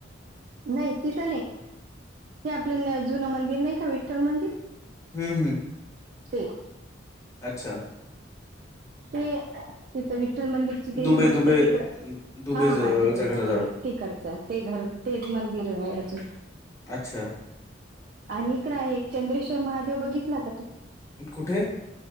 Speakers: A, on the right (about 50°); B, on the left (about 15°).
A: नाही तिथं नाही ते आपलं न जुना मंदिर नाही का वि विठ्ठल मंदिर
B: हं, हं.
A: ते
B: अच्छा.
A: ते तिथं विठ्ठल मंदिरची
B: दुबे
A: देवी बसते
B: दुबे
A: तिकडं.
B: दुबे
A: हा
B: ज-
A: हा तिकडे
B: च्या घराजवळ
A: ते तिकडचं ते घर तेच मंदिर आहेज.
B: अच्छा
A: आणि इकडं आहे एक चंद्रेश्वर महादेव बघितला का तू?
B: अन कुठे